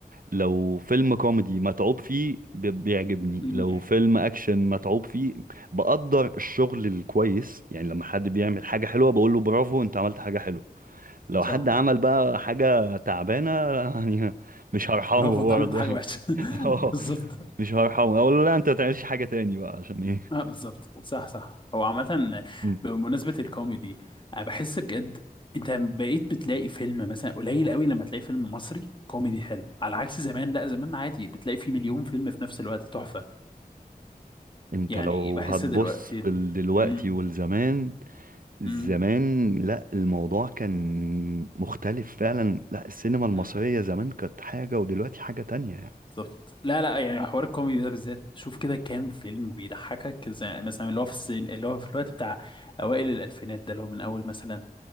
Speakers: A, on the right; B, on the left.
A: لو فيلم كوميدي متعوب فيه ب- بيعجبني
B: أمم.
A: لو
B: يعني
A: فيلم اكشن متعوب فيه بقدر الشغل الكويس يعني لما حد بيعمل حاجة حلوة بقول له برافو انت عملت حاجة حلوة لو
B: صح
A: حد عمل
B: <laughs>
A: بقى حاجة تعبانة <laughs> يعني مش هرحمه
B: برافو انت
A: برضه
B: عملت حاجه
A: <laughs>
B: وحشه <laughs>
A: اه
B: بالظبط
A: مش هرحمه اقول له لا انت ما تعملش حاجة تاني بقى عشان ايه
B: اه بالظبط صح صح هو عامة
A: مم.
B: بمناسبة الكوميدي انا بحس بجد انت بقيت بتلاقي فيلم مثلا قليل قوي لما تلاقي فيلم مصري كوميدي حلو على عكس زمان لا زمان عادي بتلاقي فيه مليون فيلم في نفس الوقت تحفة
A: انت
B: يعني
A: لو
B: بحس
A: هتبص
B: دلوقتي
A: في
B: ال...
A: ال- دلوقتي
B: مم.
A: والزمان زمان
B: مم.
A: لا الموضوع كان مختلف فعلا لا السينما المصرية
B: مم.
A: زمان كانت حاجة ودلوقتي حاجة تانية يعني
B: بالظبط لا لا يعني حوار الكوميدي ده بالذات شوف كده كام فيلم بيضحكك زي مثلا اللي هو في السن اللي هو في الوقت بتاع اوائل الالفينات ده اللي هو من اول مثلا